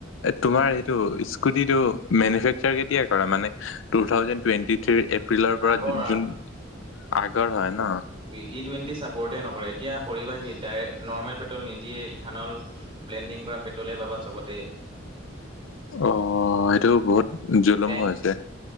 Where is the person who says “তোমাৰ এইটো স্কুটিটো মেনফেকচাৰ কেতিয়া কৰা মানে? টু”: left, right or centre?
Left